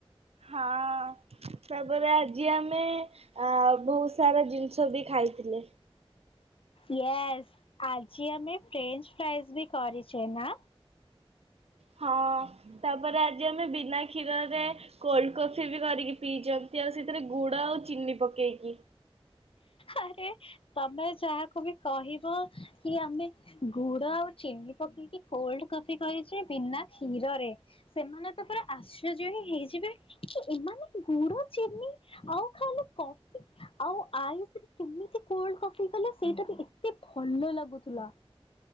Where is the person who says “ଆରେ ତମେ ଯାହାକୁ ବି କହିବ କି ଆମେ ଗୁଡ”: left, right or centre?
Left